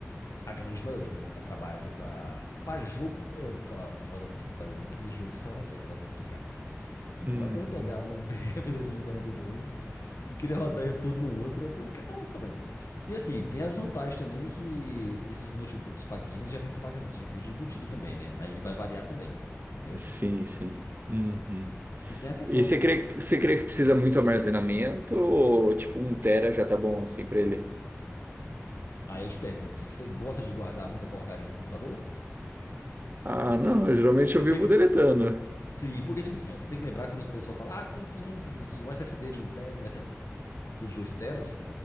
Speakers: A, on the left; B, on the right.
A: A grande maioria, para trabalho, para para jogo, é, assim, roda tudo para jogo, que jogo você sabe como é que é, jogo é complicado, né? Você
B: Uhum.
A: não vai querer pegar um <laughs> BF 2042 e quarenta e dois e querer rodar ele tudo no Ultra, porque dá uns problemas. E assim, tem as vantagens também que esses notebooks para games já vem com placas de vídeo embutida também, né? Aí vai variar também, entendeu?
B: Sim, sim. Uhum.
A: E tem a questão
B: E você
A: de.
B: crê, você crê que precisa muito armazenamento ou tipo um tera já tá bom assim pra ele?
A: Aí eu te pergunto, você gosta de guardar muita porcaria no computador?
B: Ah, não, geralmente
A: Você
B: eu vivo
A: tem,
B: deletando.
A: Sim, porque, tipo assim, ó, você tem que lembrar quando o pessoal fala, ah, tem 500, de- um SSD de um tera, SSD de 2 teras,